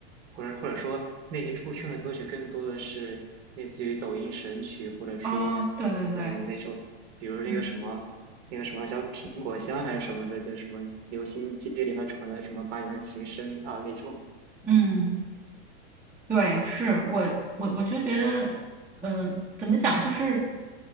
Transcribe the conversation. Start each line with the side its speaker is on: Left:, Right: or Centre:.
Right: 或者或者说那些出圈的歌曲更多的是类似于抖音神曲，或者说
Centre: 啊、对对对，
Right: 嗯那种，比如那个什么那个什么叫苹果香还是什么的，
Centre: 嗯。
Right: 就什么流行街里还传来什么八扬琴声啊那种。
Centre: 嗯对，是我我我就觉得，嗯，怎么讲，就是